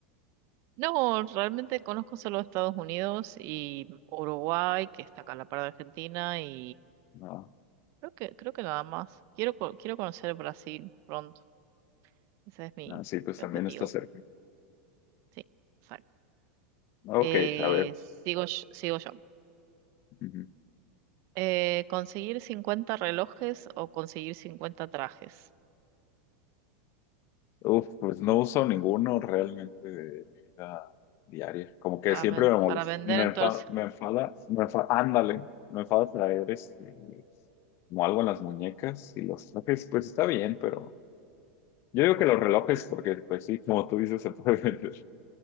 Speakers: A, on the right; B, on the left.
A: No, realmente conozco solo Estados Unidos y Uruguay, que está acá a la par de Argentina, y
B: No,
A: creo que, creo que nada más. Quiero, co- quiero conocer Brasil pronto. Ese es mi,
B: no, sí, pues
A: mi
B: también
A: objetivo.
B: está cerca.
A: Sí, exacto.
B: Ok,
A: Eh,
B: a ver.
A: sigo, yo- sigo yo.
B: ujú.
A: Eh, conseguir 50 relojes o conseguir 50 trajes
B: Uf, pues no uso ninguno realmente de mi vida diaria. Como que
A: para,
B: siempre
A: ven-
B: me molesta.
A: para vender
B: Me
A: en
B: enfada,
A: todo
B: me enfada, me enfada, ándale, me enfada traer este, como algo en las muñecas y los trajes, pues está bien, pero yo digo que los relojes, porque pues sí, como tú dices, se puede <laughs> vender.